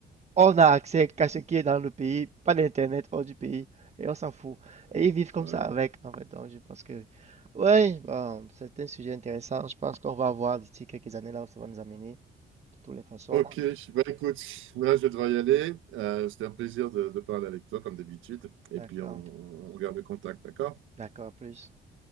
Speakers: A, on the right; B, on the right.
A: On a accès qu'à ce qui est dans le pays, pas d'internet hors du pays, et on s'en fout. Et ils vivent comme
B: Ouais.
A: ça avec, en fait. Donc, je pense que, ouais, bon, c'est un sujet intéressant. Je pense qu'on va voir d'ici quelques années là où ça va nous amener, de toutes les façons.
B: Ok, bah écoute, là, je vais devoir y aller. Euh, c'était un plaisir de, de parler avec toi, comme d'habitude. Et
A: D'accord,
B: puis, on, on garde le contact, d'accord?
A: d'accord, à plus.